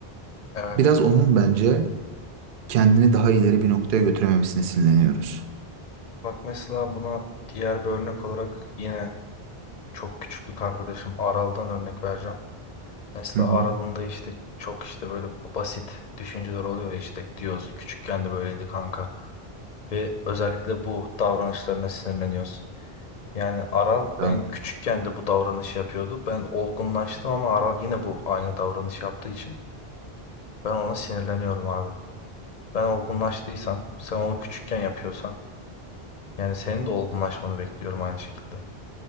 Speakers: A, on the left; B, on the right.
A: evet.
B: Biraz onun bence kendini daha ileri bir noktaya götürememesine sinirleniyoruz.
A: Bak mesela buna diğer bir örnek olarak yine çok küçüklük arkadaşım Aral'dan örnek vereceğim. Mesela
B: Hı
A: Aral'ın da işte çok işte böyle basit düşünceler oluyor ya işte diyoruz küçükken de böyleydi kanka. ve özellikle bu davranışlarına sinirleniyoruz. Yani Aral
B: hı.
A: ben küçükken de bu davranışı yapıyordu. Ben olgunlaştım ama Aral yine bu aynı davranış yaptığı için ben ona sinirleniyorum abi. Ben olgunlaştıysam sen onu küçükken yapıyorsan yani senin de olgunlaşmanı bekliyorum aynı şekilde.